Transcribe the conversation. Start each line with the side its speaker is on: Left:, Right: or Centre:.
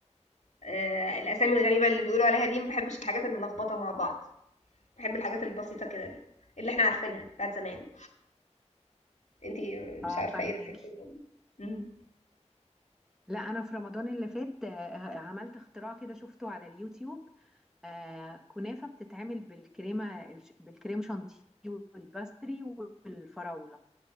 Left: آه، الأسامي الغريبة اللي بيقولوا عليها دي ما بحبش الحاجات الملخبطة مع بعض بحب الحاجات البسيطة كده دي اللي احنا عارفينها بتاعت زمان انتي مش
Centre: اه
Left: عارفة
Centre: فاهمك
Left: ايه رأيك في الموضوع امم
Centre: لا انا في رمضان اللي فات آه، عملت اختراع كده شفته على اليوتيوب آه كنافة بتتعمل بالكريمة الش- بالكريم شانتيه والباستري والفراولة